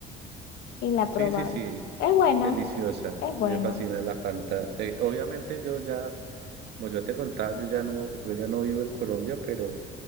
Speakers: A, on the left (about 80°); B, on the right (about 80°).
A: Y la he probado.
B: Sí, sí, sí,
A: Es buena,
B: deliciosa,
A: es buena.
B: me fascina la Fanta. Eh, obviamente yo ya, como yo te contaba, yo ya no, yo ya no vivo en Colombia, pero,